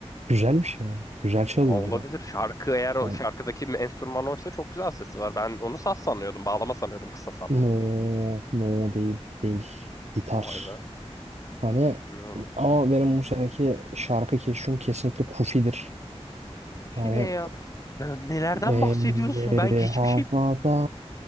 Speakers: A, on the right; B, on the left.
A: Güzel bir şey ama. Güzel çalıyor
B: Aa, olabilir.
A: bir de.
B: Şarkı eğer o
A: Yani,
B: şarkıdaki enstrüman oysa çok güzel sesi var. Ben onu saz sanıyordum, bağlama sanıyordum, kısa sap.
A: no, no değil değil. Ditar.
B: Vay be.
A: Hani
B: Bilmiyorum.
A: ama benim bu seneki şarkı keşfim kesinlikle Kufi'dir.
B: Kufi
A: Hani
B: ne ya? Ya nelerden
A: Elleri
B: bahsediyorsun? Ben hiçbir
A: havada,
B: şey...